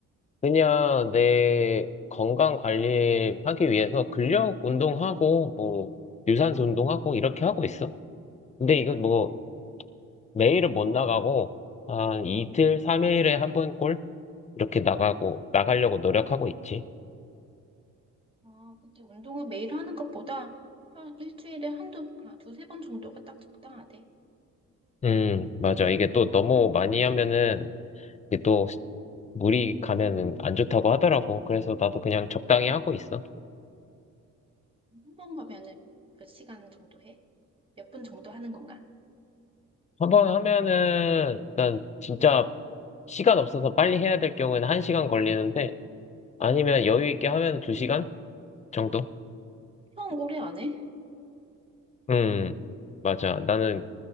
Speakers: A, on the left; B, on the right.
A: 그냥 내 건강 관리하기 위해서 근력 운동하고, 뭐, 유산소 운동하고, 이렇게 하고 있어. 근데 이거 뭐, 매일은 못 나가고, 한 이틀, 삼일에 한 번 꼴? 이렇게 나가고, 나가려고 노력하고 있지.
B: 아, 근데 운동을 매일 하는 것보다 한 일주일에 한두, 아, 두세 번 정도가 딱 적당하대.
A: 음, 맞아. 이게 또 너무 많이 하면은, 이게 또 물이 가면은 안 좋다고 하더라고. 그래서 나도 그냥 적당히 하고 있어.
B: 한 번 가면은 몇 시간 정도 해? 몇 분 정도 하는 건가?
A: 한번 하면은, 일단 진짜 시간 없어서 빨리 해야 될 경우에는 한 시간 걸리는데, 아니면 여유 있게 하면 두 시간 정도?
B: 형 오래 안 해?
A: 음, 맞아. 나는